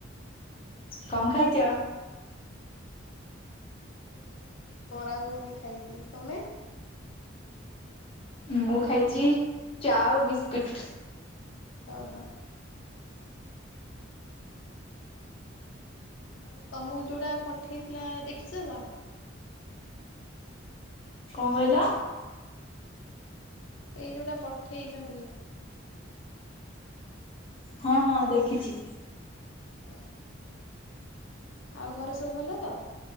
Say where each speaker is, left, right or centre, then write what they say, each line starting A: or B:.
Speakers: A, on the left (about 25°); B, on the left (about 80°).
A: କଣ ଖାଇଚ?
B: ମୁଁ ଏଇ ବରା ଘୁଗୁନି ଖାଇଛି ତମେ?
A: ମୁଁ ଖାଇଚି ଚା ଆଉ ବିସ୍କିଟ୍।
B: ଓହୋ। ଆଉ ତମୁକୁ ଯୋଉଟା ପଠେଇଥିଲା ଦେଖିଛ ତ?
A: କଣ କହିଲ?
B: ଏଇ ଯୋଉଟା ପଠେଇଚନ୍ତି।
A: ହଁ ହଁ ଦେଖିଛି।
B: ହ। ଆଉ ଘରେ ସବୁ ଭଲ ତ?